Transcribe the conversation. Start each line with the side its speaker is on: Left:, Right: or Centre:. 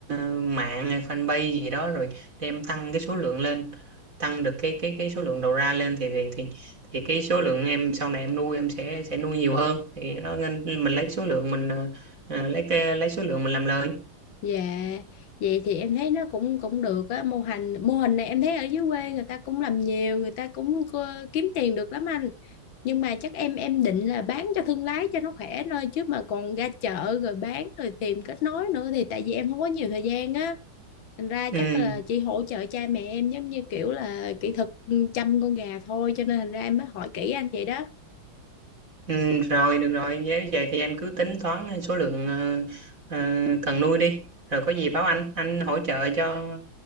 Right: mạng hay fanpage gì đó rồi để em tăng cái số lượng lên tăng được cái cái cái số lượng đầu ra lên thì thì thì thì cái số lượng em sau này em nuôi em sẽ sẽ nuôi nhiều hơn thì nó nên mình lấy số lượng mình ờ, ờ, lấy cái lấy số lượng mình làm lời
Left: dạ vậy thì em thấy nó cũng cũng được á mô hình mô hình này em thấy ở dưới quê người ta cũng làm nhiều người ta cũng ờ, kiếm tiền được lắm anh nhưng mà chắc em em định là bán cho thương lái cho nó khỏe thôi chứ mà còn ra chợ rồi bán rồi tìm kết nối nữa thì tại vì em không có nhiều thời gian á thành ra
Right: ừ
Left: chắc là chỉ hỗ trợ cha mẹ em giống như kiểu là kỹ thuật ừ, chăm con gà thôi cho nên thành ra em mới hỏi kỹ anh vậy đó
Right: Ừ, rồi được rồi nếu vậy thì em cứ tính toán số lượng ờ, ờ, cần nuôi đi rồi có gì báo anh anh hỗ trợ cho